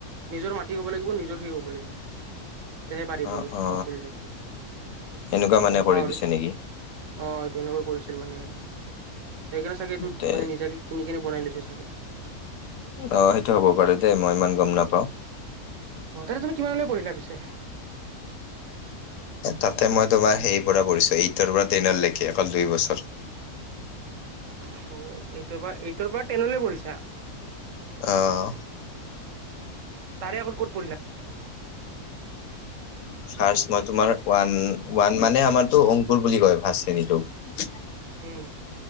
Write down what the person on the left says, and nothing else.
অ
অ
এনেকুৱা মানে
কৰি
দিছে নেকি?
তে
অ সেইটো হ'ব পাৰে দেই মই ইমান গম নাপাওঁ
তাতে মই তোমাৰ সেই পৰা পঢ়িছো এইটৰ পৰা টেনলৈকি অকল দুই বছৰ।
অহ
ফাৰ্ষ মই তোমাৰ ওৱান ওৱান মানে আমাৰতো অংকুৰ বুলি কয় ফাৰ্ষ্ট শ্ৰেণীটোক